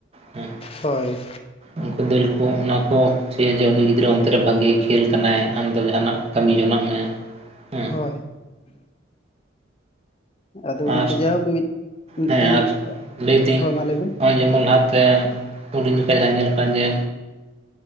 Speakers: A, on the right; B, on the left.
A: ᱦᱩᱸ
B: ᱦᱳᱭ
A: ᱩᱱᱠᱩ ᱫᱟᱹᱞ ᱠᱚ ᱚᱱᱟ ᱠᱚ ᱪᱮᱫ ᱡᱮ ᱩᱱᱤ ᱜᱤᱫᱽᱨᱟᱹ ᱚᱱᱛᱮ ᱨᱮ ᱵᱷᱟᱜᱤ ᱜᱮ ᱠᱷᱮᱞ ᱠᱟᱱᱟᱭ ᱟᱢᱫᱚ ᱡᱟᱦᱟᱱᱟᱜ ᱠᱟᱹᱢᱤ ᱡᱚᱱᱟᱜ ᱢᱮ᱾ ᱦᱮᱸ
B: ᱦᱳᱭ ᱟᱫᱚ ᱜᱚᱝᱠᱮ
A: ᱟᱨ
B: ᱡᱟᱭᱦᱳᱠ ᱢᱤᱫ ᱢᱤᱫᱴᱮᱱ
A: ᱦᱮᱸ ᱟᱨ ᱞᱟᱹᱭᱫᱟᱹᱧ
B: ᱦᱳᱭ ᱢᱟ ᱞᱟᱹᱭᱵᱮᱱ
A: ᱱᱚᱜᱼᱚᱭ ᱡᱮᱢᱚᱱ ᱞᱟᱦᱟᱛᱮ, ᱦᱩᱰᱤᱧ ᱡᱚᱠᱷᱟ ᱡᱟᱦᱟᱸ ᱧᱮᱞ ᱠᱟᱱᱟ ᱡᱮ